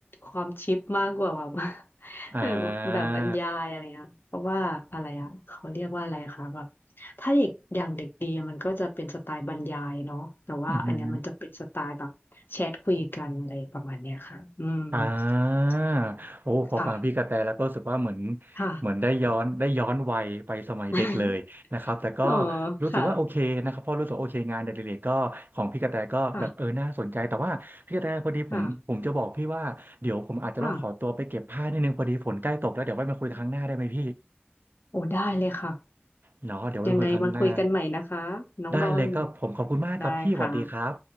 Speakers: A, on the left (about 60°); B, on the right (about 55°).
A: ความชิปมากกว่าแบบ <laughs>
B: อ่า
A: เออแบบบรรยายอะไรนะเพราะว่าอะไรอ่ะเขาเรียกว่าอะไรคะแบบถ้าเด็กอย่างเด็กดีอะมันก็จะเป็นสไตล์บรรยายเนาะแต่ว่าอันเนี้ยมันจะเป็นสไตล์แบบแชทคุยกันอะไรประมาณเนี้ยค่ะอืม
B: อืมอหืออ่า
A: ใช่
B: โอ้พอฟังพี่กระแตแล้วก็รู้สึกว่าเหมือน
A: ค่ะค่ะ
B: เหมือนได้ย้อนได้ย้อนวัยไปสมัยเด็กเลยนะครับแต่ก็
A: <laughs> เออ
B: รู้สึกว่าโอเคนะครับเพราะรู้สึกว่าโอเคงานอดิเรกก็ของพี่กระแตก็แบบเออน่าสนใจแต่ว่าพี่กระแตพอดีผมผมจะบอกพี่ว่าเดี๋ยวผมอาจจะต้องขอตัวไปเก็บผ้านิดนึงพอดีฝนใกล้ตกแล้วเดี๋ยวไว้มาคุยครั้งหน้าได้ไหมพี่
A: ค่ะค่ะค่ะค่ะโอ้ได้เลยค่ะ
B: เนาะเดี๋ยวไว้มาคุยครั้งหน้า
A: ยังไงมาคุยกันใหม่นะคะน้องบอล
B: ได้เลยก็ผมขอบคุณมากครับพี่หวัดดีครับ
A: ได้ค่ะ